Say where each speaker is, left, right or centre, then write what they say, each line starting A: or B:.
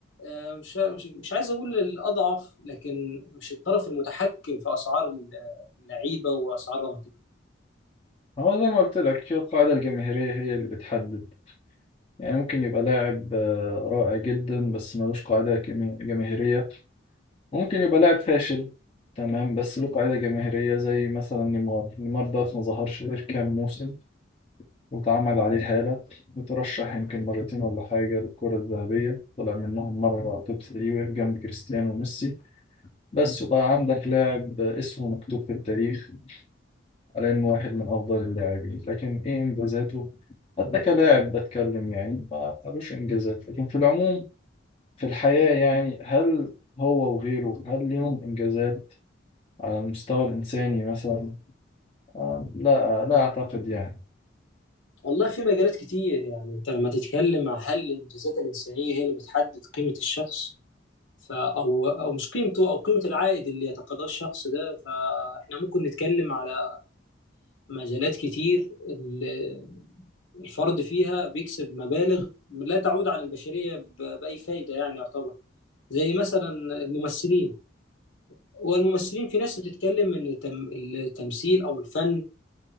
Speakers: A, on the left (about 75°); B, on the left (about 30°).
A: آه، مش مش مش عايز اقول الاضعف لكن مش الطرف المتحكم في اسعار اللعيبه واسعار رواتبهم
B: هو زي ما قلت لك هي القاعدة الجماهيرية هي اللي بتحدد يعني ممكن يبقى لاعب آه، رائع جدا بس ملوش قاعدة جم- جماهيرية ممكن يبقى لاعب فاشل تمام بس له قاعدة جماهيرية زي مثلا نيمار نيمار ده ما ظهرش غير كام موسم واتعمل عليه هالة وترشح يمكن مرتين ولا حاجة للكرة الذهبية طلع منهم مرة توب 3 وقف جنب كريستيانو وميسي بس وبقى عندك لاعب اسمه مكتوب في التاريخ على إنه واحد من أفضل اللاعبين لكن إيه إنجازاته؟ حتى كلاعب بتكلم يعني ما ملوش إنجازات لكن في العموم في الحياة يعني هل هو وغيره هل ليهم إنجازات على المستوى الإنساني مثلا؟ آه، لا آه، لا أعتقد يعني
A: والله في مجالات كتير يعني انت لما تتكلم عن هل الانجازات الانسانيه هي اللي بتحدد قيمه الشخص ف او او مش قيمته او قيمه العائد اللي يتقاضاه الشخص ده فاحنا ممكن نتكلم على مجالات كتير ال- الفرد فيها بيكسب مبالغ لا تعود على البشرية ب- بأي فايدة يعني يعتبر زي مثلا الممثلين والممثلين في ناس بتتكلم إن التم- التمثيل أو الفن